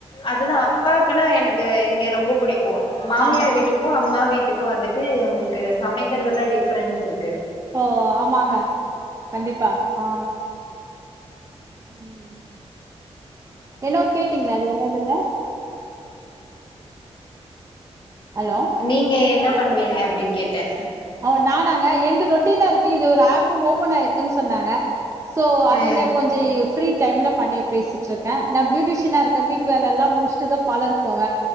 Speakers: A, on the left; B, on the right.
A: அதுதா அப்பாக்குனா எனக்கு இங்க ரொம்ப பிடிக் க்கும் மாமியார்
B: ஆ
A: வீட்டுக்கும் அம்மா வீட் இதுக்கு வந்துட்டு உங்களுக்கு சமைக்கிறதெல்லா டிஃபரென்ஸ் இருக்கு
B: ஓ ஆமாங்க கண்டிப்பா ஆ ம் என்னவோ கேட்டீங்களே அது என்னதுங்க ஹலோ
A: நீங்க என்ன பண்ணுவீங்க அப்டின்னு கேட்டே
B: ஓ நானாங்க என்து ரொட்டீனா இருக்கு இது ஒரு ஆப் ஓபன் ஆயிருக்குன்னு சொன்னாங்க சோ அதுல
A: ம்
B: கொஞ்சம் ஃப்ரீ டைம்ல பண்ணி பேசிற்றுக்கேன் நான் பியூட்டிஷியனா இருக் <unintelligible> வீட்டு வேல எல்லா முடிச்சட்டுதா பலர் போவ